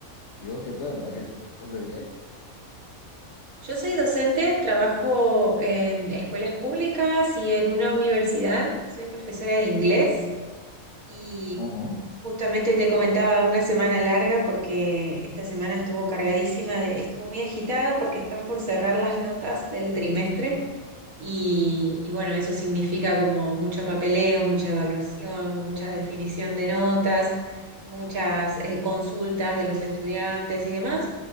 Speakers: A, on the left (about 55°); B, on the right (about 90°).
A: ¿Y vos qué tal? ¿A qué os dedicáis?
B: Yo soy docente, trabajo en escuelas públicas y en una universidad. Soy profesora de inglés. Y
A: Ajá.
B: justamente te comentaba una semana larga porque esta semana estuvo cargadísima, de- estuvo muy agitada porque están por cerrar las notas del trimestre y, y bueno, eso significa como mucho papeleo, mucha evaluación, mucha definición de notas, muchas eh, consultas de los estudiantes y demás.